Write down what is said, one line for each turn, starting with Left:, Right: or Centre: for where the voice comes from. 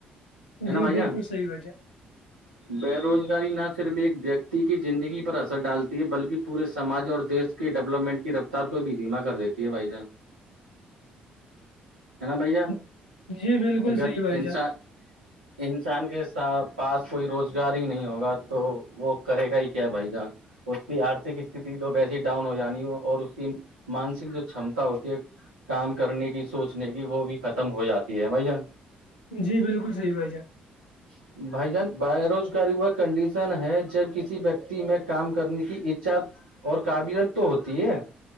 Right: ہے
Left: جی
Right: نا بھائی
Left: بالکل
Right: جان
Left: صحیح بھائی
Right: بے روزگاری نہ صرف ایک ویکتی کی زندگی پر اثر ڈالتی ہے بلکہ پورے سماج اور دیش کی ڈیولپمنٹ کی رفتار کو بھی دھیما کر دیتی ہے بھائی جان
Left: <inaudible> <inaudible>
Right: ہے نا بھیا
Left: جان جی بالکل
Right: اگر
Left: صحیح بھائی
Right: انسان
Left: جان
Right: انسان کے ساتھ پاس کوئی روزگار ہی نہیں ہوگا تو وہ کرے گا ہی کیا بھائی جان اس کی آرھک استھتی تو ویسی ڈاؤن ہو جانی ہو اور اس کی مانسک جو چمتا ہوتی ہے کام کرنے کی سوچنے کی وہ بھی ختم ہو جاتی ہے بھائی جان
Left: جی بالکل صحی بھائی جان
Right: <inaudible> <inaudible> بھائی جان بے روزگاری و کنڈیشن ہے جب کسی ویکتی میں کام کرنے کی اھا اور قابلت تو ہوتی ہے